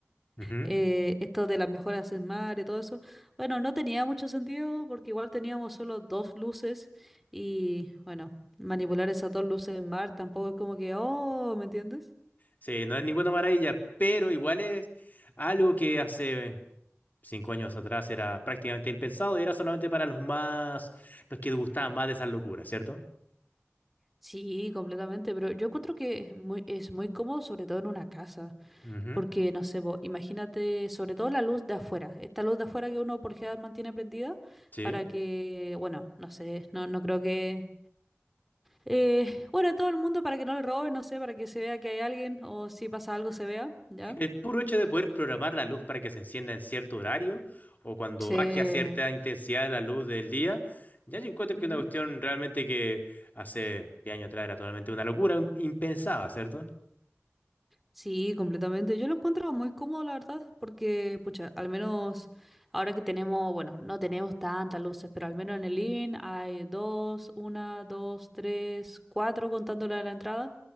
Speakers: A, on the left; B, in the centre.
A: Ujú.
B: eh, esto de las mejoras en mar y todo eso. Bueno, no tenía mucho sentido porque igual teníamos solo dos luces y bueno, manipular esas dos luces en mar tampoco es como que, oh, ¿me entiendes?
A: Sí, no es ninguna maravilla, pero igual es algo que hace cinco años atrás era prácticamente impensado y era solamente para los más, los que gustaban más de esas locuras, ¿cierto?
B: Sí, completamente, pero yo encuentro que es muy, es muy cómodo, sobre todo en una casa,
A: Ujú.
B: porque no sé, po, imagínate, sobre todo la luz de afuera, esta luz de afuera que uno por lo general mantiene prendida
A: Sí.
B: para que, bueno, no sé, no, no creo que Eh, bueno, en todo el mundo para que no le roben, no sé, para que se vea que hay alguien o si pasa algo se vea, ¿ya?
A: El puro hecho de poder programar la luz para que se encienda en cierto horario o cuando
B: Sí.
A: baje a cierta intensidad la luz del día, ya yo encuentro que
B: Ujú.
A: es una cuestión realmente que hace 10 años atrás era totalmente una locura im- impensada, cierto
B: Sí, completamente. Yo lo encuentro muy cómodo, la verdad, porque, pucha, al menos ahora que tenemos, bueno, no tenemos tantas luces, pero al menos en el living hay dos, una, dos, tres, cuatro contando la de la entrada.